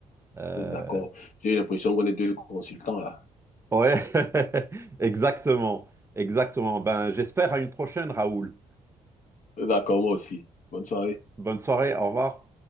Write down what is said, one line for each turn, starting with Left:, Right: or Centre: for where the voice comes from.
Right: Euh,
Left: on est d'accord. J'ai l'impression qu'on est deux consultants là.
Right: Ouais, <laughs> exactement, exactement. Ben, j'espère à une prochaine, Raoul.
Left: D'accord, moi aussi. Bonne soirée.
Right: Bonne soirée, au revoir.